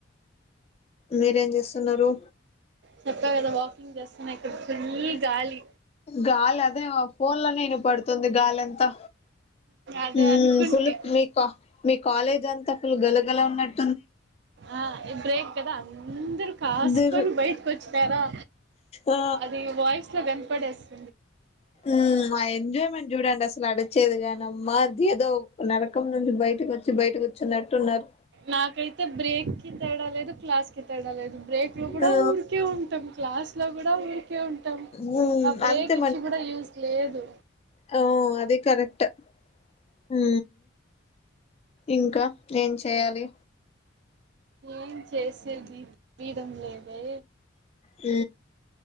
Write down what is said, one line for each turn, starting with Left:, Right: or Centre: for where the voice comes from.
Left: మీరేం చేస్తున్నారు
Right: చెప్పా కదా వాకింగ్ చేస్తున్నా ఇక్కడ ఫుల్లు గాలి
Left: గాలి అదే ఫోన్ లోనే ఇనపడుతుంది గాలి అంతా
Right: అదే
Left: ఊమ్
Right: అనుకుంటి
Left: ఫుల్ మీ మీ కాలేజ్ అంతా ఫుల్ గలగల ఉన్నట్టు
Right: ఆ బ్రేక్ కదా అందరూ కాసుకొని
Left: దురు
Right: బయటకు వచ్చినారా
Left: ఆ
Right: అది వాయిస్ లో కనపడేస్తుంది
Left: ఊమ్ ఆ ఎంజాయ్మెంట్ చూడండి అసలు అడిచేది కానీ అమ్మా ఏదో నరకం నుంచి బయటకు వచ్చి బయట కూర్చునట్టున్నారు
Right: నాకైతే బ్రేక్ కి తేడా లేదు క్లాస్ కి తేడా లేదు బ్రేక్ బ్రేక్ లో కూడా
Left: ఆ
Right: ఊరికే ఉంటాం క్లాస్ లో కూడా ఊరికే ఉంటాం
Left: మ్మ్
Right: ఆ బ్రేక్
Left: అంతే
Right: ఇచ్చి కూడా యూస్ లేదు
Left: హౌ అదీ కరెక్టే ఊ ఇంకా ఏం చెయ్యాలి
Right: ఏం చేసేది బీగం లేదే
Left: ఊ